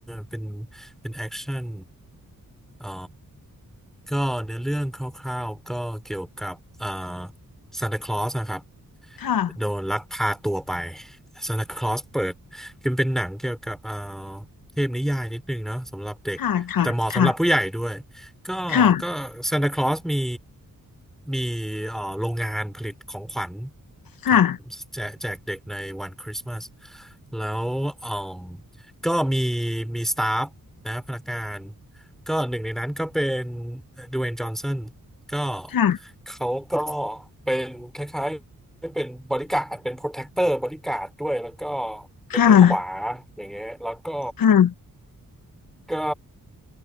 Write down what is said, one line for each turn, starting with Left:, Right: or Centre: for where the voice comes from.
Centre: เป็นเป็นแอคชั่นเอ่อก็เนื้อเรื่องคร่าวๆก็เกี่ยวกับเอ่อซานตาคลอสนะครับ
Left: ค่ะ
Centre: โดนลักพาตัวไปซานตาคลอสเปิด คือมันเป็นหนังเกี่ยวกับเอ่อเทพนิยายนิดนึงเนาะสำหรับเด็กแต่เหมาะสำหรับผู้ใหญ่ด้วย
Left: ค่ะค่ะค
Centre: ก็ก็ซานตาคลอสมี
Left: ่ะ
Centre: มีเอ่อโรงงานผลิตของขวัญ
Left: ค่ะ
Centre: ครับแจกแจกเด็กในวันคริสต์มาสแล้วเอ่อก็มีมีสตาฟนะพนักงานก็หนึ่งในนั้นก็เป็นด w เ y n e จอห์นสันก็
Left: ค่ะ
Centre: เขาก็เป็นคล้ายๆ ได้เป็นบริการดเป็นโปรเทคเตอร์บริการดด้วยแล้วก็
Left: ค่ะ
Centre: เป็นมือขวาอย่างเงี้ยแล้วก็
Left: ค่ะค่ะ
Centre: ก็